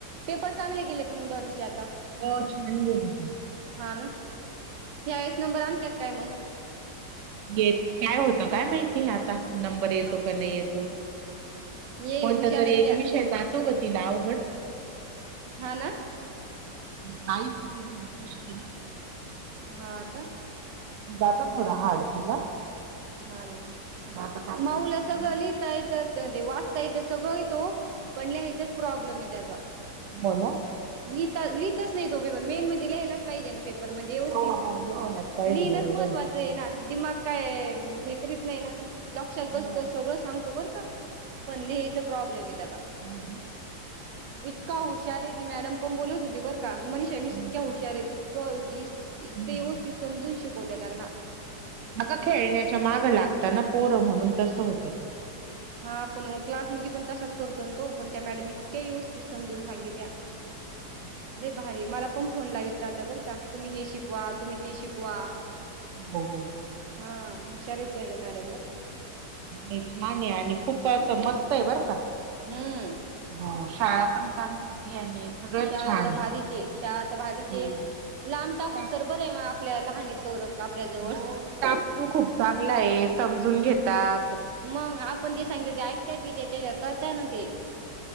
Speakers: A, on the right; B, on the right.
A: पेपर चांगले गेले का मंग डॉलीचे आता.
B: पोर्च छान गेले.
A: हा ना, ह्यावेळेस नंबर आणत्यात काय मग.
B: येत काय होतं काय माहिती आता? नंबर येतो
A: हा व
B: का नाही येतो.
A: येईल
B: कोणता
A: हुशार
B: तरी
A: आहेत
B: एक
A: त्या
B: विषय जातो ग तिला अवघड.
A: हा ना,
B: काम
A: हा का,
B: जातो थोडा हार्ड तिला.
A: हा न,
B: मग आता काय
A: माऊला
B: करते काय
A: सगळ
B: माहिती.
A: लीक तायेत त.. वाचता येत सगळं येत वो. पण लिहायचाच प्रॉब्लेम आहे त्याजा.
B: हो ना,
A: लिहिता-लिहितस नाही तो पेपर मेन म्हणजे लिहायलाच पाहिजे ना पेपर. पण म्हणजे व्यवस्थित,
B: हो हो लिहायलाच पाहिजे
A: लिहिणच
B: बरोबर
A: महत्त्वाचं
B: आहे.
A: ते ना दिमाग काय हे करीत नाही ना लक्षात बसतं
B: हो
A: सगळं सांगतो बर का? पण लिहायचा प्रॉब्लेम आहे त्याचा.
B: हो ना.
A: इतका हुशार आहे. ती मॅडम पण बोलत होती बर का, मनीषा
B: हो
A: मिस इतक्या
B: ना
A: हुशार आहेत इतकं इतकं
B: हम्म
A: व्यवस्थित
B: हम्म.
A: समजून शिकवत्या त्यांना.
B: अग खेळण्याच्या माग लागता ना पोरं म्हणून तस होतं.
A: हा पण क्लासमध्ये पण तसाच करतोन तो. पण त्या मॅडम इतक्या व्यवस्थित समजून सांगित्या.
B: हाना,
A: लय भारी मला पण फोन लावीत राहता बरं का, तुम्ही हे शिकवा तुम्ही ते शिकवा.
B: बघू
A: हा हुशार आहेत त्याच्या मॅडम बर का.
B: हे छान आणि खूप असं मस्त हे. बरं का,
A: हम्म,
B: ह, शाळा पण चांगली आणि सगळंच
A: शाळा
B: छान
A: त
B: आहे.
A: भारीच ये, शाळा त भारीच
B: हो.
A: ये लांब
B: स्टाफ
A: टाकूस तर बर हे आपल्या लहानीत. तोरक आपल्या जवळ
B: हो स्टाफ पण खूप चांगला आहे समजून घेता. खुप
A: मग आपण जे सांगितले ते ऐकताय बी त्याच्या करताय ना ते.